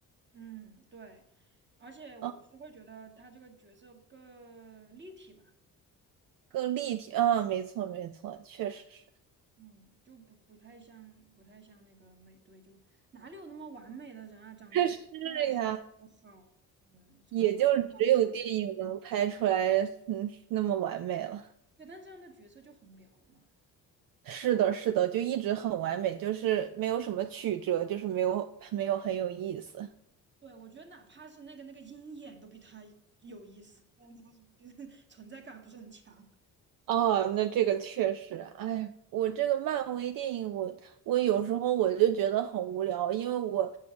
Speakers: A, on the right; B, on the right.
A: 嗯，对，而且我是会觉得他这个角色更立体吧。
B: 啊，更立体，啊，没错没错，确实是，
A: 嗯，就不不太像，不太像那个美队，就哪里有那么完美的人啊？长得又帅啊，
B: <laughs> 是呀，
A: 身材又好，嗯，从来不敢患上。
B: 也就只有电影能拍出来，嗯，那么完美了。
A: 对，但这样的角色就很无聊嘛。
B: 是的，是的，就一直很完美，就是没有什么曲折，就是没有没有很有意思。
A: 对，我觉得哪怕是那个那个鹰眼都比他有意思，但他是比 <laughs> 存在感不是很强。
B: 哦，那这个确实，哎，我这个漫威电影我，我有时候我就觉得很无聊，因为我